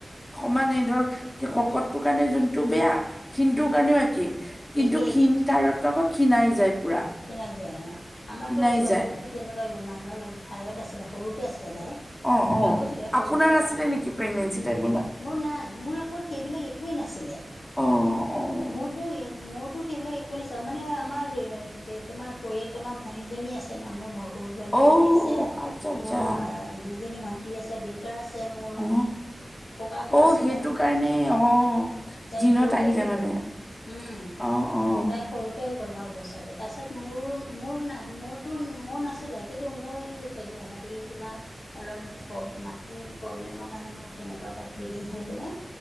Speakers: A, on the left; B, on the left.
A: সমান এই ধৰক শকতটোৰ কাৰণে যোনটো বেয়া সন্তটোৰ কাৰণেও একেই কিন্তু
B: একে
A: ক্ষীণ কাৰত আকৌ ক্ষীণাই যায় পুৰা
B: ক্ষীনাই যায় আমাৰতো
A: ক্ষীণাই
B: ছোৱালীটো
A: যায়
B: তেনেকুৱা বেমাৰ থাইৰ'ড আছিলে সৰুতে আছিলে তাই
A: অ',
B: ডক্টৰে
A: অ',
B: কৈছিলে
A: আপোনাৰ
B: সৰুতে
A: আছিলে
B: যা
A: নেকি প্ৰেগনেঞ্চি
B: উম
A: টাইমত
B: মোৰ নাই মোৰ আকৌ সেইবিলাক একোৱেই নাছিলে।
A: অ', অ',
B: মোৰতো মোৰতো সেইবিলাক একোৱে নেচাই মানে আমাৰ তোমাৰ পৰিয়াল তোমাৰ ভনীজনী আছে ন মোৰ সৰু ভণ্টীজনী
A: অ'
B: আছে
A: আচ্ছা আচ্ছা
B: মোৰ বা দুইজনী ভণ্টী আছে দেউতা আছে মোৰ
A: অ'
B: ককাকৰ
A: অ',
B: আছিলে
A: সেইটো কাৰণে অ',
B: তাই
A: দিনত
B: সৰুতে
A: আহিলে
B: হৈ
A: মানে
B: গ'ল উম,
A: অ' অ'
B: তাই সৰুতে হৈ গ'ল ন বছৰতে। তাৰপিছত মোৰ মোৰ না মোৰতো মোৰ নাছিলে কিন্তু মোৰ এই হেৰি তোমাৰ অলপ মাটি প্ৰব্লেমৰ কাৰণে মোৰ তেনেকুৱা টাইপ ব্লিডিং হৈ পেলাই